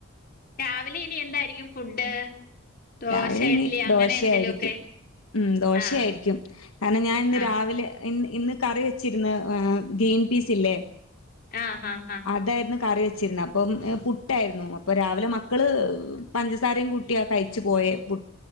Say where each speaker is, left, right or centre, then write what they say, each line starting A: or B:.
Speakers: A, on the left; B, on the left.
A: രാവിലെ ഇനി എന്തായിരിക്കും ഫുഡ്? ദോശ
B: രാവിലെ ഇനി
A: ഇഡ്ലി അങ്ങനെ
B: ദോശയായിരിക്കും
A: എന്തേലും ഒക്കെ
B: ഉം ദോശയായിരിക്കും.
A: ആഹ്
B: കാരണം ഞാൻ ഇന്ന്
A: ആഹ്
B: രാവിലെ ഇ ഇന്ന് കറി വെച്ചിര്ന്ന ഗ്രീൻ പീസ് ഇല്ലേ.
A: ആഹ് ഹാ ഹാ.
B: അതായിരുന്നു കറി വെച്ചിരുന്നേ അപ്പൊ പുട്ട് ആയിരുന്നു അ രാവിലെ മക്കള് പഞ്ചസാരിം കൂട്ടിയാ കഴിച്ച് പോയേ പു